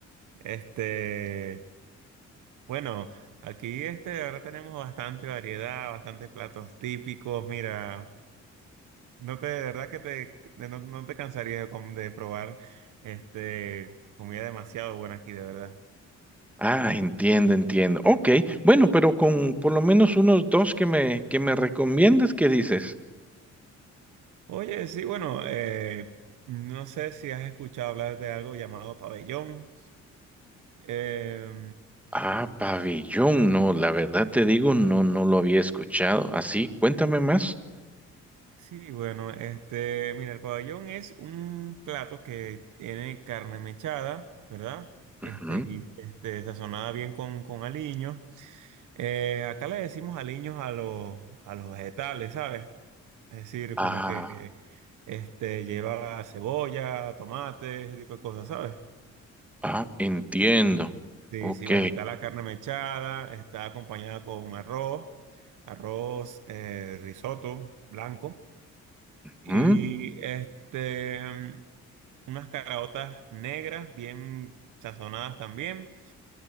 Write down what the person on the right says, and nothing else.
Este, Bueno, aquí este, ahora tenemos bastante variedad, bastantes platos típicos. Mira, no te, de verdad que te, de- no, no te cansarías de, com- de probar este comida demasiado buena aquí, de verdad.
Oye, sí, bueno, eh, no sé si has escuchado hablar de algo llamado pabellón. Eh,
sí, bueno, este, mira, el pabellón es un plato que tiene carne mechada, ¿verdad? Este,
gui- este, sazonada bien con, con aliño. Eh, acá le decimos aliños a los, a los vegetales, ¿sabes? Es decir,
como que este, lleva cebolla, tomate, ese tipo de cosas, ¿sabes?
Sí,
sí, bueno, está la carne mechada, está acompañada con arroz, arroz, eh, risotto blanco y
este, mm, unas caraotas negras bien sazonadas también,